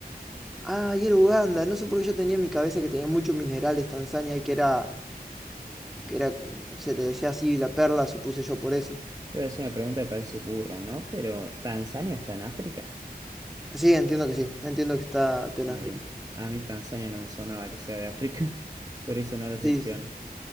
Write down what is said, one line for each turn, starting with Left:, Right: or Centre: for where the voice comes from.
Centre: Ah, y era Uganda. No sé por qué yo tenía en mi cabeza que tenía muchos minerales Tanzania y que era, que era, se le decía así la perla, supuse yo por eso.
Right: Yo voy a hacer una pregunta que parece burra, ¿no? Pero, ¿Tanzania está en África?
Centre: Sí, entiendo que sí. Entiendo que está está en
Right: Ah,
Centre: África.
Right: bien. A mí Tanzania no me sonaba que sea de África, <laughs> por eso no la seleccioné.
Centre: Sí, sí. sí.